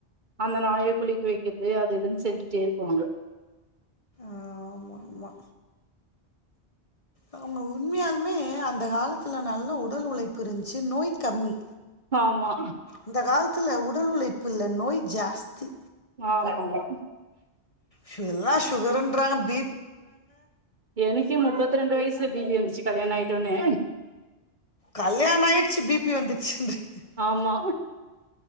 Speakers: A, on the right (about 45°); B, on the left (about 30°).
A: அந்த நாய குளிக்க வெக்கர்து அது இதுன் செஞ்சிட்டே இருக்குவாங்க
B: ஆமாம்மா அவுங்க உண்மையால்மே அந்த காலத்துல நல்ல உடல் உலைப்பு இருந்சி நோய் கம்மி
A: ஆமா
B: இந்த காலத்துல உடல் உலைப்பு இல்ல நோய் ஜாஸ்தி
A: ஆமாம்மா
B: சு எல்லா சுகருன்றாங்க பி
A: எனுக்கே முப்பத்ரெண்டு வயிஸ்ல பி பி வந்துச்சு கல்யாண ஆயிட்டோன்னே
B: கல்யாணாயிருச்சு பி பி வந்துச்சின்றீங்க
A: ஆமா